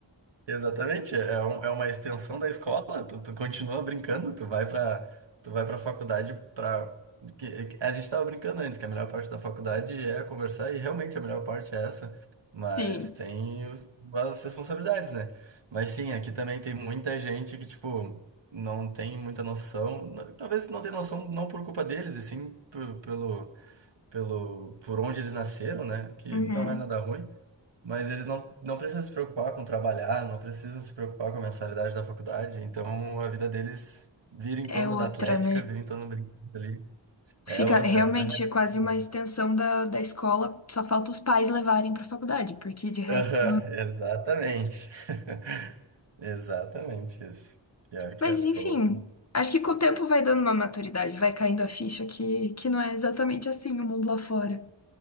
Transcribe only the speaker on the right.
Exatamente, é, um- é uma extensão da escola, tu, tu continua brincando, tu vai pra, tu vai pra faculdade pra... que- que- a gente tava brincando antes, que a melhor parte da faculdade é conversar, e realmente a melhor parte é essa, mas
tem o- as responsabilidades, né? Mas sim, aqui também tem muita gente que, tipo, não tem muita noção, n- talvez não tenha noção não por culpa deles, e sim p- pelo pelo, por onde eles nasceram, né? O que
não é nada ruim, mas eles não, não precisam se preocupar com trabalhar, não precisam se preocupar com a mensalidade da faculdade, então a vida deles vira em torno
da atlética,
vira em torno do brinquedo ali. É
outra,
é outra realidade.
né?
Aham, exatamente. <laughs> Exatamente isso. Pior que
é, tu
falou.